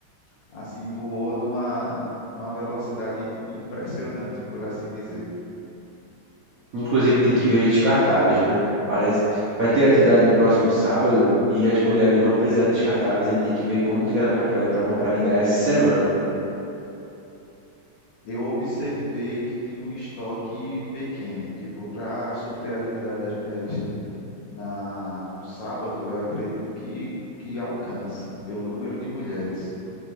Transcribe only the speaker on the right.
Inclusive tem que ver os descartáveis, né? Parece. Vai ter atividade no próximo sábado e as mulheres vão precisar de descartáveis. A gente tem que ver como que tá na capela para comprar ainda essa semana.